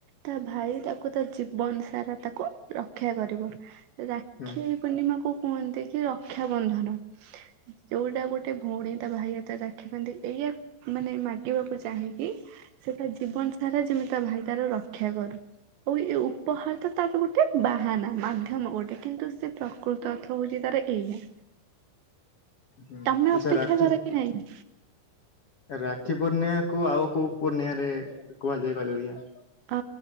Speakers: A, on the right; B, on the left.
A: ତା ଭାଇ ତାକୁ ତା ଜୀବନ ସାରା ତାକୁ ରକ୍ଷା କରିବ। ରାକ୍ଷୀ
B: ହୁଁ
A: ପୂର୍ଣ୍ଣିମାକୁ କୁଅନ୍ତି କି ରକ୍ଷାବନ୍ଧନ। ଯୋଉଟା ଗୋଟେ ଭୋଉଣୀ ତା ଭାଇ ହାତରେ ରାକ୍ଷୀ ବାନ୍ଧିଦିଏ ମାନେ ମାଗିବାକୁ ଚାହେଁକି, ସେତା ଜୀବନ ସାରା ଯେମିତା ଭାଇ ତାର ରକ୍ଷା କରୁ। ଆଉ ଏ ଉପହାର ତ ତାର ଗୋଟେ ବାହାନା ମାଧ୍ୟମ ଗୋଟେ। କିନ୍ତୁ ସେ ପ୍ରକୃତ ଅର୍ଥ ହଉଛି ତାର ଏଇଆ।
B: ହୁଁ
A: ତମେ
B: ଆଚ୍ଛା
A: ଅପେକ୍ଷା
B: ରାକ୍ଷୀ
A: କର କି ନାଇଁ?
B: ରାକ୍ଷୀ ପୂର୍ଣ୍ଣିମା କୁ ଆଉ କୋଉ ପୂର୍ଣ୍ଣିମା ରେ କୁହାଯାଏ କଇଲ ଦେଖିଆ?
A: ଅ